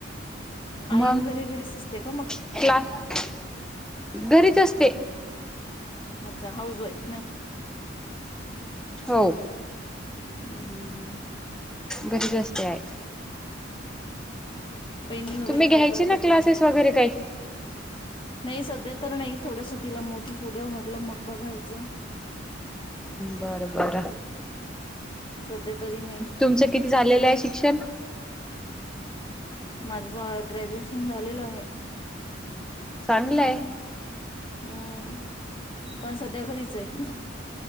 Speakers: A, on the left; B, in the centre.
A: आई
B: मग
A: वेगैरे घरीच असते का मग
B: क्लास घरीच असते
A: म अच्छा हाउस वाईफ होय
B: हो
A: हम्म
B: घरीच असते आई
A: वहीणी वेगैरे
B: तुम्ही घ्यायचे
A: काय करते
B: ना क्लासेस
A: का
B: वगैरे काही
A: नाही सध्या तर नाही थोडस तिला मोठ होउद्या म्हटल मग बघायच
B: बर बर
A: सध्या तरी नाही.
B: तुमच किती झालेल आहे शिक्षण
A: माझ ग्रॅज्युएशन झालेल आहे-
B: चांगल आहे
A: हम्म पण सध्या घरीच आहे